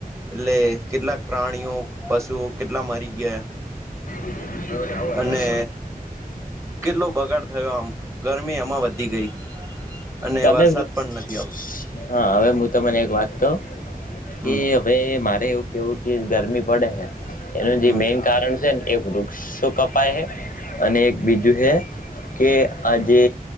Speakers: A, on the right; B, on the left.
A: એટલે કેટલાક પ્રાણીઓ પશુઓ કેટલા મરી ગયા
B: <inaudible>
A: અને કેટલો બગાડ થયો આમ ગરમી એમાં વધી ગઈ અને
B: તમે
A: વરસાદ
B: વૃક્ષ
A: પણ નથી આવતો
B: હા હવે હું તમને એક વાત કવ
A: હમ
B: કે ભાઈ મારે એવું કેવું કે ગરમી પડે હે એનું
A: હમ
B: જે મેઈન કારણ છે ને એ વૃ ક્ષો કપાય હે અને એક બીજું હે કે આજે